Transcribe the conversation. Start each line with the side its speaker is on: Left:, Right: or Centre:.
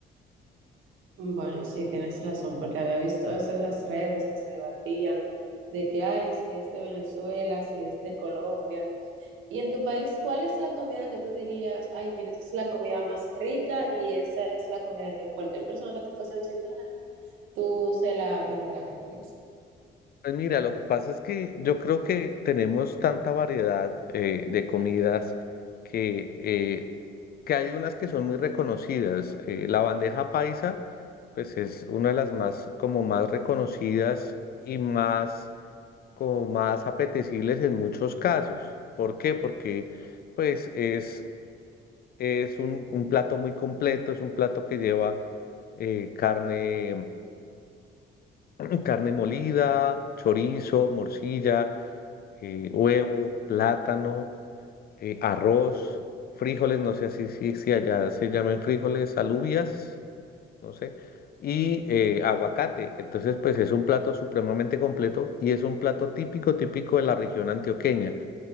Right: Bueno, sí, tienes razón, porque había visto eso en las redes que se debatían de que hay, si es de Venezuela, si es de Colombia. Y en tu país, ¿cuál es la comida que tú dirías, ay, mira, esa es la comida más rica y esa es la comida que cualquier persona que te fuese a visitar, tú se la brindarías?
Left: Pues mira, lo que pasa es que yo creo que tenemos tanta variedad eh, de comidas que, eh, que hay unas que son muy reconocidas. Eh, la bandeja paisa, pues es una de las más como más reconocidas y más como más apetecibles en muchos casos. ¿Por qué? Porque pues es, es un, un plato muy completo, es un plato que lleva eh, carne, <clears throat> carne molida, chorizo, morcilla eh, huevo, plátano, eh, arroz, frijoles, no sé si, si, si allá se llamen frijoles, alubias, no sé, y eh, aguacate. Entonces, pues es un plato supremamente completo y es un plato típico, típico de la región antioqueña.